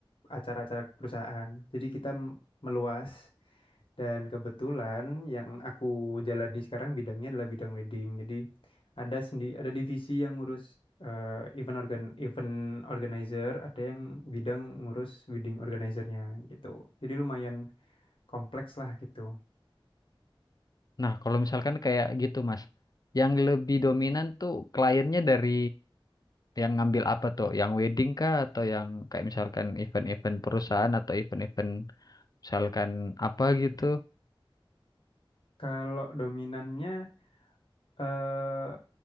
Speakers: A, on the left; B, on the left.
A: acara-acara perusahaan. Jadi kita m- meluas. Dan kebetulan yang aku jalani sekarang bidangnya adalah bidang wedding. Jadi ada sendi ada divisi yang ngurus eh, event organ event organizer, ada yang bidang ngurus wedding organizernya gitu. Jadi lumayan kompleks lah gitu.
B: Nah, kalau misalkan kayak gitu, Mas, yang lebih dominan tuh kliennya dari yang ngambil apa tuh? Yang wedding kah atau yang kayak misalkan event-event perusahaan atau event-event misalkan apa gitu?
A: Kalau dominannya eh